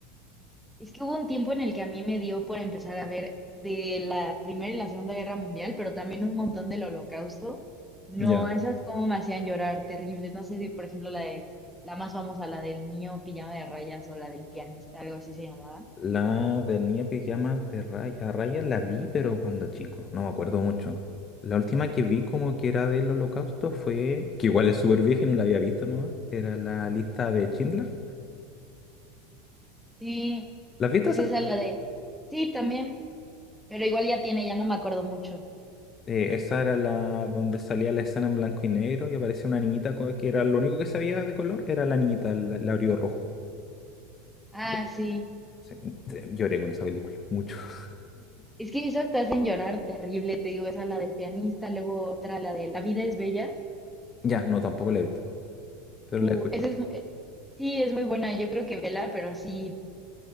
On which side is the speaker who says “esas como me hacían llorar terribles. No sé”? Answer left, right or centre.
Centre